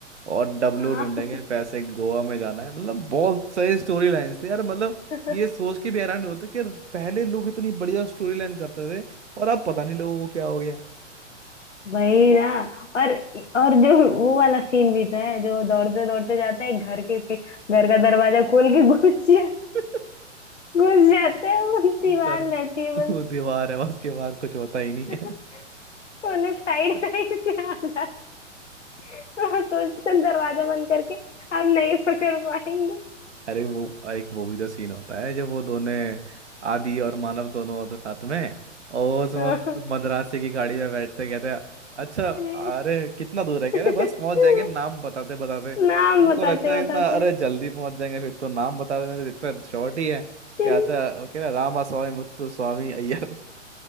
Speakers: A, on the right (about 65°); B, on the left (about 70°).
A: और डब्लू
B: हाँ
A: ढूंढेंगे पैसे गोवा में जाना है मतलब बहुत सही स्टोरी लाइंस थी यार मतलब
B: <laughs>
A: ये सोच के भी हैरान नहीं होता कि यार पहले लोग इतनी बढ़िया स्टोरी लाइन करते थे और अब पता नहीं लोगों को क्या हो गया
B: वही ना और और जो वो वाला सीन भी तो है जो दौड़ते दौड़ते जाता है घर के पी- घर का दरवाजा खोल के घुस जा
A: <laughs>
B: घुस जाते हैं वो दीवार
A: डर
B: रहती है बस
A: वो दीवार है उसके बाहर कुछ होता ही नहीं
B: <laughs>
A: है
B: वो लोग साइड साइड से आ जाते हैं वो सोचते हैं दरवाजा बंद करके हम नहीं पकड़ पाएंगे
A: अरे वो एक वो भी तो सीन होता है जब वो दोनों आदि और मानव दोनों होते साथ में और उसमें
B: <laughs> हाँ।
A: मद्रासी की गाड़ी में बैठते कहते हैं अच्छा अरे
B: अरे
A: कितना दूर है कह
B: <laughs>
A: रहे बस पहुंच जाएंगे नाम बताते बताते
B: नाम
A: उनको
B: बताते
A: लगता है इतना
B: बताते
A: अरे जल्दी पहुंच जाएंगे फिर तो नाम बताते में तो इतना शॉर्ट ही है
B: चिन
A: कहता है वो कह रहा रामा स्वामी मुत्तु स्वामी अय्यर